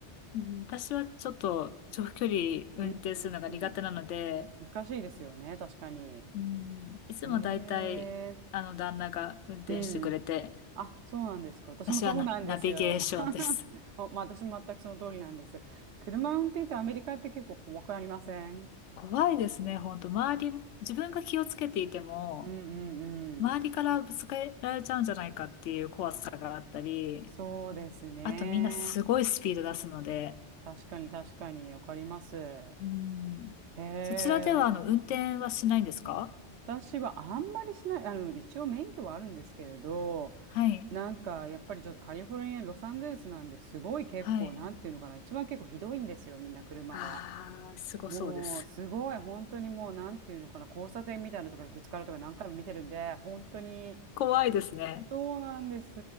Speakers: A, on the left; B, on the right.
A: うん、私はちょっと長距離運転するのが苦手なので、
B: うんうんうん難しいですよね、確かに。
A: うん、いつもだいたいあの旦那が運転してくれて、
B: へえ、うん。あ、そうなんですか。私もそうなんですよ。
A: 私はナ、ナビゲーションです。
B: <laughs> お、まあ私も全くその通りなんです。車運転ってアメリカって結構細くありません
A: 怖いですね、本当周り、自分が気をつけていても、
B: うん
A: 周りからぶつけられちゃうんじゃないかっていう怖さがあったり、
B: うんうん。そうですね。
A: あとみんなすごいスピード出すので、
B: 確かに確かに、わかります。へ
A: うん。
B: え。
A: そちらではあの運転はしないんですか
B: 私はあんまりしない、あの、一応免許はあるんですけれど、
A: はい。
B: なんかやっぱりちょっとカリフォルニア、ロサンゼルスなんですごい結構、
A: はい。
B: なんていうのかな、一番結構ひどいんですよ、みんな車が。
A: ああ、すごそうです。
B: もうすごい、本当にもうなんていうのかな、交差点みたいなところにぶつかるとか何回も見てるんで、本当に。
A: 怖いですね。
B: そうなんです。